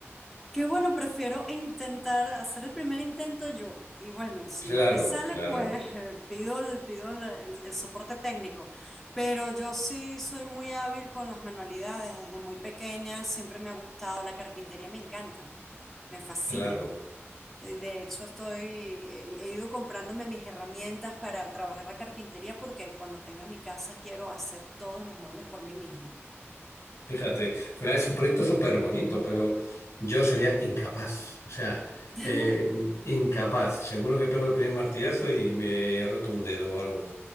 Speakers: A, in the centre; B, on the left.
A: que bueno, prefiero intentar hacer el primer intento yo. Y bueno, si
B: Claro,
A: no me sale,
B: claro.
A: pues <laughs> eh, pido, el, pido la- el, el soporte técnico. Pero yo sí soy muy hábil con las manualidades. Desde muy pequeña siempre me ha gustado. La carpintería me encanta, me fascina.
B: Claro,
A: Eh, De hecho, estoy, he he ido comprándome mis herramientas para trabajar la carpintería porque cuando tenga mi casa quiero hacer todos los muebles por mí misma.
B: fíjate, al es un proyecto súper bonito, pero yo sería incapaz, o sea,
A: <laughs>
B: eh, incapaz. Seguro que pego el primer martillazo y me roto un dedo o algo.